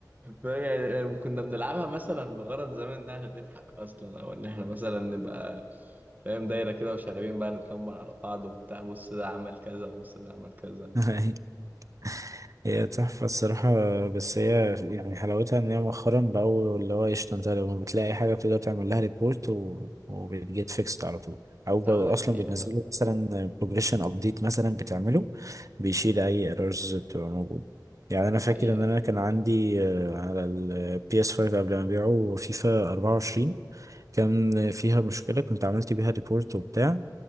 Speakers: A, on the right (about 25°); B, on the right (about 50°).
A: <laughs> يعني كنا بنلعبها مثلا بغرض زمان ده عشان نضحك اصلا او ان احنا مثلا نبقى فاهم دايرة كده وشغالين بقى نتنمر على بعض وبتاع بص ده عمل كذا وبص ده عمل كذا
B: <laughs> هي تحفة الصراحة بس هي يعني حلاوتها ان هي مؤخرا بقوا اللي هو قشطة انت لما بتلاقي حاجة بتقدر تعمل لها ريبورت و... وبتجيت فيكست على طول او بقوا
A: اه ده
B: اصلا
A: حقيقة
B: بينزلوا
A: فعلا
B: مثلا بروجريشن ابديت مثلا بتعمله بيشيل اي ايرورز بتبقى موجودة يعني انا
A: ده
B: فاكر
A: حقيقة
B: ان انا كان عندي آه، على البي اس 5 قبل ما ابيعه فيفا 24 كان فيها مشكلة كنت عملت بيها ريبورت وبتاع